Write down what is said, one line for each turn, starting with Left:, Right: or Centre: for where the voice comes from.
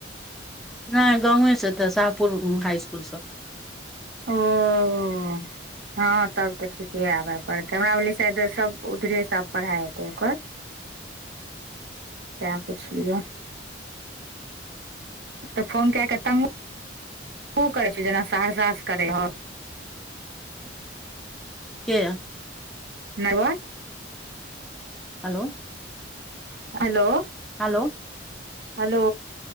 Centre: नैय गाँवे से एतऽ साहपुर हाय स्कूल स
Right: ओ ओ ह तब तऽ ठीके आबऽ पड़त हमरा भेलै शायैद सब उधरे से आब पढ़ाई हेतैय ओकर
Centre: <inaudible>
Right: तें पुछलियौ तऽ फोन कए के तंगो तु करै छी ही जेना सहरसा से करेै हौ
Centre: के
Right: नैयभक
Centre: hello
Right: hello
Centre: hello
Right: hello